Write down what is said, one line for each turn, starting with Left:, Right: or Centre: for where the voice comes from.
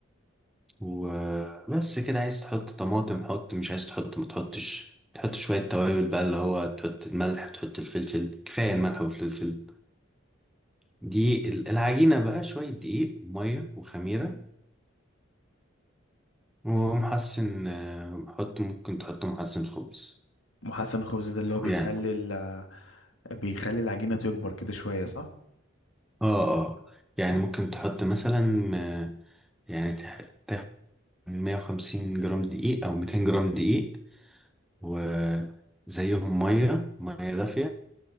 Centre: وبس كده عايز تحط طماطم حط مش عايز تحط ما تحطش تحط شويه توابل بقى اللي هو تحط الملح تحط الفلفل كفايه الملح والفلفل دي ال- العجينه بقى شويه دقيق وميه وخميره ومحسن آه، حط ممكن تحط محسن خبز
Left: محسن الخبز ده اللي هو بيخلي
Centre: يعني
Left: ال... بيخلي العجينه تكبر كده شويه صح
Centre: اه اه يعني ممكن تحط مثلا آه، يعني تح- تاخد 150 جرام دقيق او 200 جرام دقيق وزيهم ميه ميه دافيه